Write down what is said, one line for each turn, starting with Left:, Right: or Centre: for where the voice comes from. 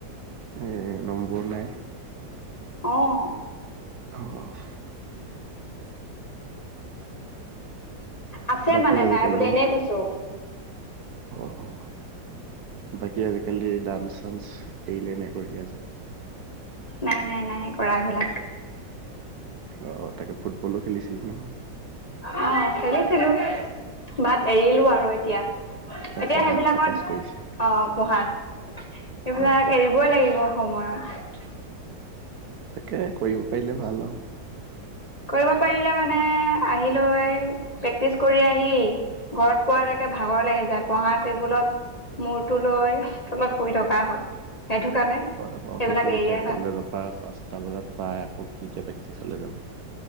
Right: এই নম্বৰ নাই
Left: আহ
Right: আহ
Left: আছে
Right: বাকী
Left: মানে
Right: আজিকালি
Left: নাই বুলি এনেই কৈছো
Right: অ অ বাকী আজিকালি ডান্স চান্স এৰিলে ন কৰি আছে
Left: নাই নাই নাই কৰা এইবিলাক
Right: অঁ তাকে ফুটবলো খেলিছিল নহয়
Left: অ চলিছিলো বাট এৰিলো আৰু এতিয়া এতিয়া
Right: পঢ়াত
Left: সেইবিলাকত
Right: ফকাচ কৰিছে
Left: অ পঢ়া সেইবিলাক
Right: হয় হয়
Left: এৰিবই লাগিব সময়ত
Right: তাকে কৰিব পাৰিলে ভাল আৰু
Left: কৰিব পাৰিলে মানে আহিিলৈ প্ৰেক্টিচ কৰি আহি ঘৰত পোৱ যেকে ভাগৰ লাগি যায় পঢ়া টেবুলত মূৰটো লৈ তলত শুই থকা হয় সেইটো কাৰণে
Right: হয়
Left: সেইবিলাক
Right: সেইটো
Left: এৰি
Right: এতিয়া
Left: দিয়াই ভাল
Right: কলেজৰ পৰা পাঁচটা বজাত পাই আকৌ কি এতিয়া পিছলৈ যাব